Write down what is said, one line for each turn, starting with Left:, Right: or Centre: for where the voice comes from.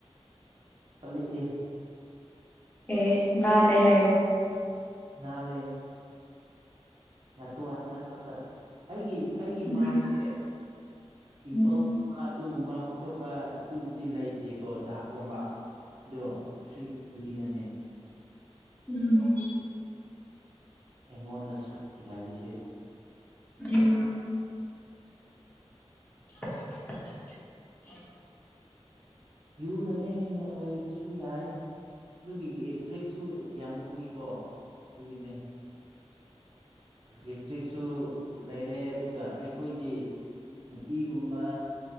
Right: ꯀꯜꯂꯛꯑꯦ
Left: ꯑꯦ ꯅꯥꯜꯂꯦ ꯍꯥꯏꯌꯣ
Right: ꯅꯜꯂꯦ ꯅꯇꯣꯜꯗꯈꯛꯇ ꯑꯩꯒꯤ ꯑꯩꯒꯤ
Left: ꯎꯝ
Right: ꯃꯥꯏꯁꯦ ꯄꯤꯝꯄꯜꯁ
Left: ꯎꯝ ꯎꯝ
Right: <unintelligible> ꯗꯨꯒꯨꯝꯕ ꯈꯣꯠꯄ ꯑꯗꯨꯕꯨꯗꯤ ꯂꯩꯇꯦꯀꯣ ꯗꯥꯛꯒꯨꯝꯕ ꯑꯗꯣ ꯁꯤ ꯀꯨꯏꯅꯅꯦ
Left: ꯎꯝ
Right: ꯑꯩꯉꯣꯟꯗ ꯁꯛ ꯊꯤꯍꯜꯂꯤꯁꯦ
Left: ꯎꯝ <inaudible>
Right: ꯌꯨꯅꯅꯦ ꯅ ꯑꯣꯏꯕꯁꯨ ꯌꯥꯏ ꯑꯗꯨꯒꯤ ꯒꯤ ꯁ꯭ꯇ꯭ꯔꯤꯛꯁꯨ ꯌꯥꯝꯃꯒꯤꯀꯣ ꯑꯗꯨꯒꯤꯅꯦ ꯒꯤꯁꯇ꯭ꯔꯤꯛꯁꯨ ꯂꯩꯔꯦ ꯑꯗꯨꯒ ꯑꯩꯈꯣꯏꯗꯤ ꯅꯨꯄꯤꯒꯨꯝ ꯕ